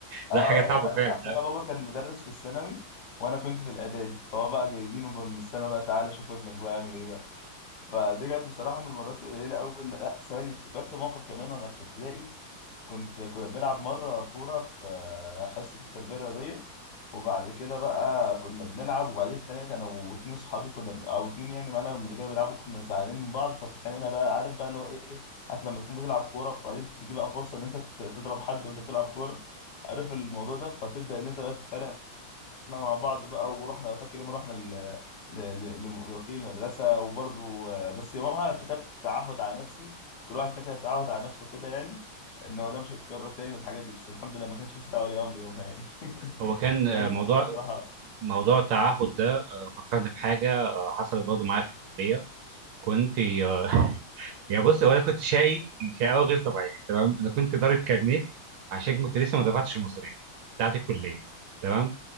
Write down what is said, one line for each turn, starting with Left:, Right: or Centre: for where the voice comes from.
Left: اه
Right: لا حاجه صعبه فعلا
Left: اصل انا بابا كان مدرس في الثانوي وانا كنت في الاعدادي فهو بقى جايبينه بقى من الثانوي بقى تعالى شوف ابنك بقى عامل ايه بقى فدي كانت بصراحه من المرات القليله قوي لا ثواني افتكرت موقف كمان وانا في ابتدائي كنت كنا بنلعب مرة كورة في آه، حصة التربية الرياضية وبعد كده بقى كنا بنلعب وبعدين اتخانقت انا واتنين صحابي كنا ب- او اتنين يعني معانا من اللي كانوا بيلعبوا كنا زعلانين من بعض فاتخانقنا بقى عارف بقى اللي هو ايه عارف لما تكون بتلعب كورة فبعدين تيجي بقى فرصة ان انت ت- تضرب حد وانت بتلعب كورة عارف الموضوع ده فتبدأ ان انت بقى تتخانق احنا مع بعض بقى ورحنا فاكر يوم رحنا ل- ل- ل- لوكيل المدرسه وبرضه آه، بس يومها كتبت تعهد على نفسي كل واحد فينا كتب تعهد على نفسه كده يعني ان هو ده مش هيتكرر تاني والحاجات دي بس الحمد لله ما كانش في دعوه ولي امر يومها يعني
Right: هو
Left: <laughs>
Right: كان آه،
Left: كان الموضوع
Right: موضوع
Left: بصراحه
Right: موضوع التعهد ده آه، فكرني بحاجه آه، حصلت برضه معايا في الكليه كنت آه، يعني بص هو انا كنت شقي شقاوه غير طبيعيه تمام انا كنت ضارب كارنيه عشان كنت لسه ما دفعتش المصاريف بتاعت الكليه تمام